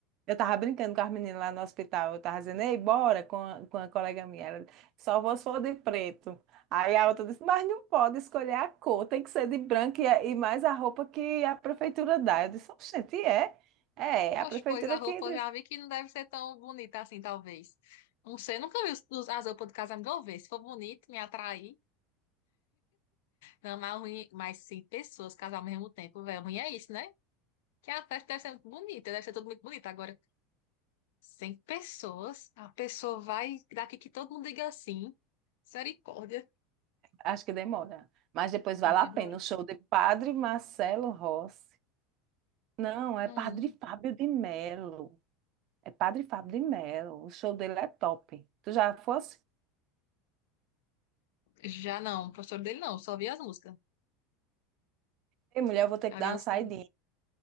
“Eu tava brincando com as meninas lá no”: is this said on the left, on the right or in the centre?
Right